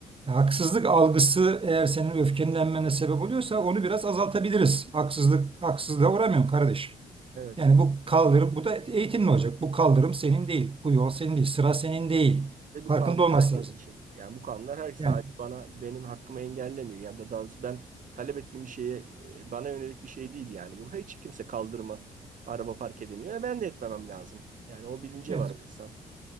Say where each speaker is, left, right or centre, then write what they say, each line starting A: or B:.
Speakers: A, on the right (about 30°); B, on the right (about 45°).
A: ya haksızlık algısı eğer senin öfkelenmene sebep oluyorsa onu biraz azaltabiliriz. Haksızlık, haksızlığa uğramıyorum kardeşim.
B: Evet.
A: Yani bu kaldırım, bu da eğitimli olacak. Bu kaldırım senin değil, bu yol senin değil, sıra senin değil.
B: Ve bu
A: Farkında
B: kanun
A: olması
B: herkes
A: lazım.
B: için. Yani bu kanunlar her sadece
A: Yani
B: bana benim hakkımı engellemiyor. Yani da daha doğrusu ben talep ettiğim bir şeye e, bana yönelik bir şey değil yani. Bu hiç kimse kaldırıma araba park edemiyor. E, ben de etmemem lazım. Yani o bilince
A: evet.
B: var o insan.